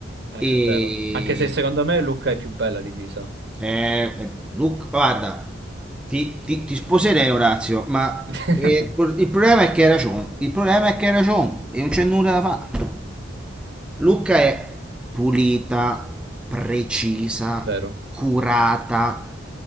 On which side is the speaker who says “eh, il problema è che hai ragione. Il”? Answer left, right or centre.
Centre